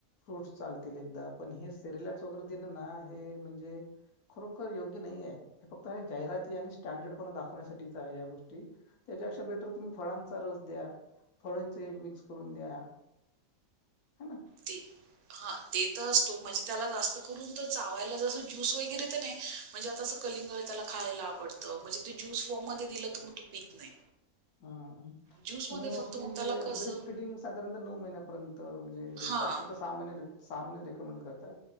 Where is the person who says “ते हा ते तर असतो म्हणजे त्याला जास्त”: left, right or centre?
Right